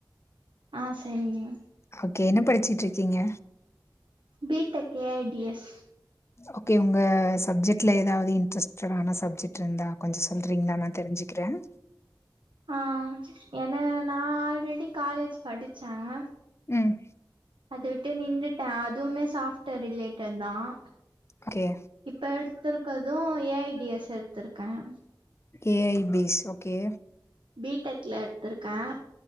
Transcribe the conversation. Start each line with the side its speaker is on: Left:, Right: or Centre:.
Right: ஆஹ் சரிங்க
Left: ஓகே என்ன படிச்சுட்டு இருக்கீங்க
Right: பி டெக் ஏஐடிஎஸ்
Left: ஓகே உங்க சப்ஜெக்ட்ல ஏதாவது இன்ட்ரெஸ்ட ஆன சப்ஜெக்ட் இருந்தா கொஞ்ச சொ சொல்றீங்களா நா தெரிஞ்சுக்கிறேன்
Right: ஆஹ் என்ன நா ஆல்ரெடி காலேஜ் படிச்சேன்
Left: ம்
Right: அதவிட்டு நின்னுட்டேன் அதுவுமே சாஃப்ட்வேர் ரிலேட்டட் தான்
Left: ஓகே
Right: இப்ப எடுத்திருக்கதும் ஏஐடிஎஸ் எடுத்துருக்கேன்
Left: ஏஐபிஸ் ஓகே
Right: பி டெக்ல எடுத்திருக்கேன்